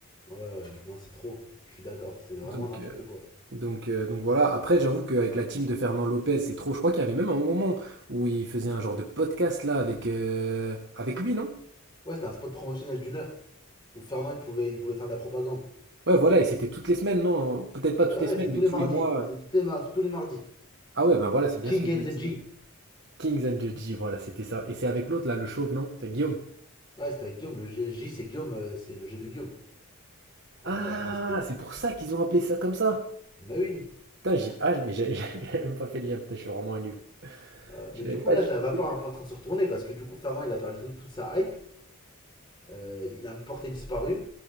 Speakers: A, on the left; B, on the right.
A: Ouais, ouais, non, c'est trop. Je suis d'accord, c'est vraiment
B: Donc,
A: n'importe
B: euh,
A: quoi.
B: donc, euh, donc voilà. Après, j'avoue qu'avec la team de Fernand Lopez, c'est trop. Je crois qu'il y avait même un moment où il faisait un genre de podcast là avec, euh, avec lui, non?
A: Ouais, c'était un spot promotionnel d'une heure. où Fernand il pouvait, il pouvait faire de la propagande.
B: Ouais, voilà, et c'était toutes les semaines, non? Peut-être pas toutes
A: Ouais, ouais,
B: les semaines,
A: c'était tous
B: mais
A: les
B: tous
A: mardis.
B: les mois. euh.
A: C'était tous les, mar- tous les mardis.
B: Ah ouais, ben voilà, c'est bien
A: King
B: ce que je
A: and
B: me
A: the
B: disais.
A: G.
B: Kings and Judgy, voilà, c'était ça. Et c'est avec l'autre, là, le chauve, non? C'est Guillaume.
A: Ouais, c'était avec Guillaume. Le G- J, c'est Guillaume, euh, c'est le G de Guillaume. Ouais,
B: Ah,
A: non, c'était.
B: c'est pour ça qu'ils ont appelé ça comme ça.
A: Mais oui.
B: Putain, j'ai... Ah, mais j'ai <laughs> j'avais même pas fait le lien. Putain, je suis vraiment un nul.
A: Euh,
B: Je
A: mais du
B: l'avais
A: coup,
B: pas
A: là,
B: du
A: la
B: tout
A: vapeur
B: fait le
A: est un
B: lien.
A: peu en train de se retourner parce que du coup, Fernand il a perdu tout- toute sa hype. Euh, il a porté disparu.